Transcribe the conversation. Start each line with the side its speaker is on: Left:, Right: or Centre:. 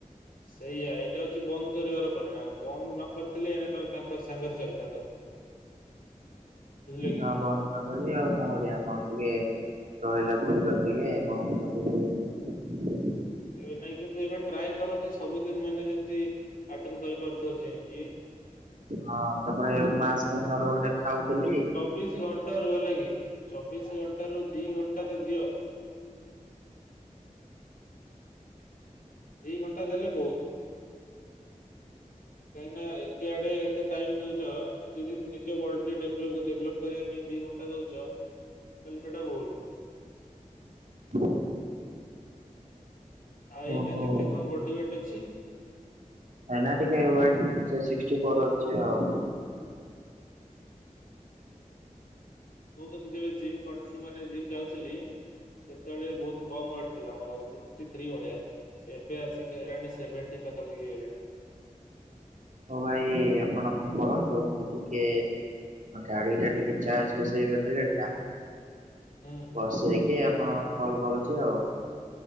Left: ସେଇଆ ଏଇଟା ହଉଛି ବନ୍ଦ କରିବାର ପରିଣାମ। ବନ୍ଦ ନ କରିଥିଲେ ଏଇନା ତ ତାଙ୍କ ସାଙ୍ଗରେ ଚାଲିଥାନ୍ତ। ବୁଝିଲେ କି?
Right: ହଁ ବନ୍ଦ କରିଦେଲି ଆଉ। କଣ କରିବା ବନ୍ଦ ଟିକେ ରହିଲା ପ୍ରୋଗ୍ରାମ ଟିକେ ବନ୍ଦ କରଦେଲି।
Left: ଏବେ ନାଇଁ କିନ୍ତୁ ଏବେ ଟ୍ରାଏ କର କି ସବୁଦିନ ମାନେ ଯେମତୀ ଅଟେନ କରିପାରୁଥିବ ଜିମ୍ କି।
Right: ହଁ ତାପରେ ମାସଗେନାର ଗୋଟେ ଖାଉଥିଲି।
Left: ପ୍ଳିସ ଘଣ୍ଟାରୁ ହେଲାକି ଚବିଶ ଘଣ୍ଟାରୁ ଦି ଘଣ୍ଟା ତ ଦିଅ। ଦି ଘଣ୍ଟା ଦେଲେ ବହୁତ। କାହିଁକି ନା ଏତେ ଆଡେ ଏତେ ଟାଇମ ଦଉଛ। ଯଦି ନିଜ ବଡିଟି ଡେବ-ଡେଭଲପ କରିବା ପାଇଁ ଦି ଘଣ୍ଟା ଦଉଛ ତାହେଲେ ସେଇଟା ବହୁତ।
Right: <inaudible>
Left: ଆଉ ଏଇନା
Right: ଓହୋ
Left: କେତେ କଣ ବଡି ୱେଟ୍ ଅଛି।
Right: ନାଇଁନା ଟିକେ ୱେଟ୍ ସେ ସିକ୍ଟିଫର୍ ଅଛି ଆଉ।
Left: ମୁଁ କତୁ ଯେବେ ଜିମ କଣ୍ଟିନ୍ୟୁ ମାନେ ଜିମ ଯାଉଥିଲି। ସେତେବେଳେ ବହୁତ କମ ୱେଟ ଥିଲା ମୋର। ଫିଫ୍ଟି ଥ୍ରୀ ବଡିଆ। ଏବେ ଆସିକି ହେଲାଣି ସେଭେଣ୍ଟି ପାଖାପାଖି ହେଇ ଗଲାଣି।
Right: ହଁ ଭାଇ ଆପଣ କଣ କରନ୍ତୁ ମୁଁ ଟିକେ ଗାଡି ଟା ଟିକେ ଚାର୍ଜ ବସେଇ ବେଟ୍ରି ଗାଡି ଟା।
Left: ହୁଁ।
Right: ବସେଇକି ଆପଣ କଲ କରୁଛି ଆଉ।